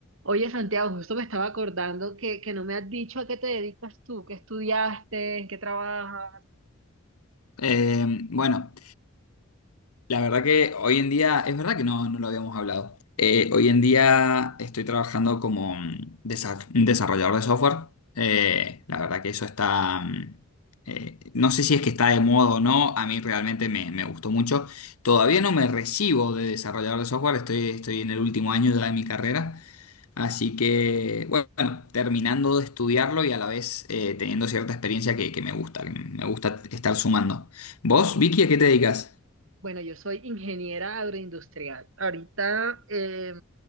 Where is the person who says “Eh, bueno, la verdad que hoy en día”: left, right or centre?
Left